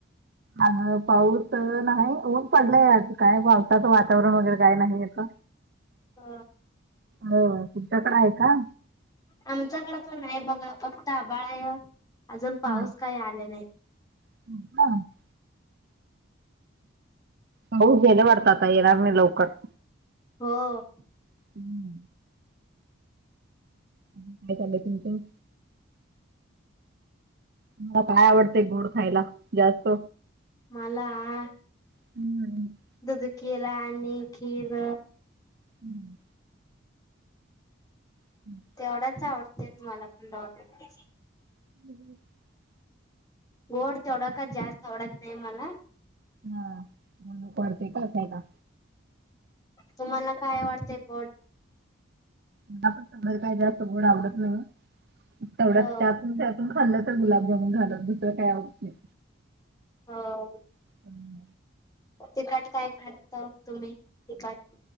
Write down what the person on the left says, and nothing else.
अ
आमच्याकडं पण हाय बघा, फक्त आभाळाय न, अजून पाऊस
काय आले नाई.
हो.
मला हा.
दुध, केला आणि खीर.
तेवढाच आवडत्यात मला पण. <inaudible>
गोड तेवढा का जास्त आवडत नाय मला.
तुम्हाला काय वाटतेय गोड?
अ
हो
तिखट काय <unintelligible> तुम्ही तिखट?